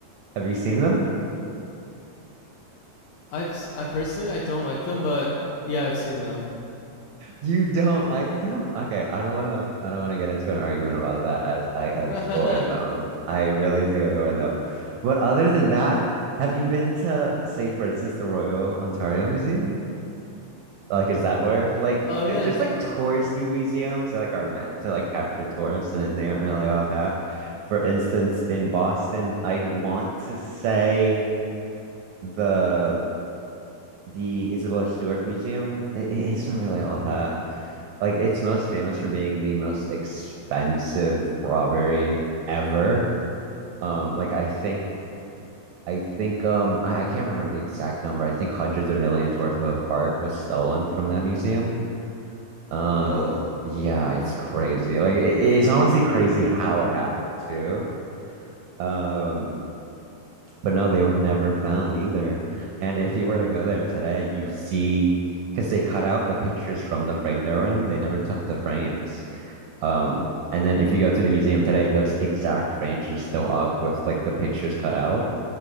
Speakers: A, on the right; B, on the left.
A: Have you seen them?
B: I've s- I personally I don't like them, but yeah, I've seen them.
A: You don't like them? Okay, I don't wanna I don't wanna get into an argument about that as
B: <laughs>
A: I
B: oh
A: adore them. I really do adore them. But other than that, have you been to, say, for instance, the Royal Ontario Museum? Like, is that where like
B: yeah.
A: because there's like touristy museums that like are meant to like capture tourists and then they aren't really all that. For instance, in Boston, I'd want to say the the Isabella Stewart Museum, i i- it's not really all that. Like, it's most famous for being the most expensive robbery ever. Um, like I think, I think, um, I, I can't remember the exact number. I think hundreds of millions worth of art was stolen from that museum. Um,
B: Whoa.
A: yeah, it's crazy. Like, it, it's honestly crazy how it happened too. Um, But no, they were never found either. And if you were to go there today, you see, because they cut out the pictures from the frame they were in, they never took the frames. Um, and then if you go to the museum today, those exact frames are still up with like the pictures cut out,